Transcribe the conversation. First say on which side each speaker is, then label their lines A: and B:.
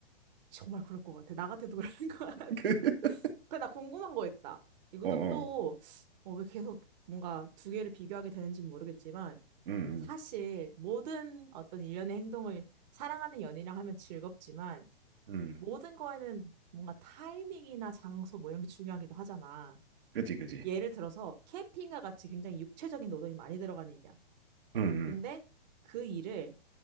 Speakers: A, on the right; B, on the right.
A: 정말 그럴 것 같아. 나 같아도 그럴 <laughs> 것 같아.
B: <laughs>
A: 근데 나 궁금한 거 있다. 이것도
B: 어, 어.
A: 또, 어, 왜 계속 뭔가 두 개를 비교하게 되는지는 모르겠지만,
B: 응,
A: 사실 모든 어떤 일련의 행동을 사랑하는 연인이랑 하면 즐겁지만,
B: 음,
A: 모든 거에는 뭔가 타이밍이나 장소 뭐 이런 게 중요하기도 하잖아.
B: 그지, 그지.
A: 예를 들어서 캠핑과 같이 굉장히 육체적인 노동이 많이 들어가는 일이야.
B: 음,
A: 근데
B: 음,
A: 그 일을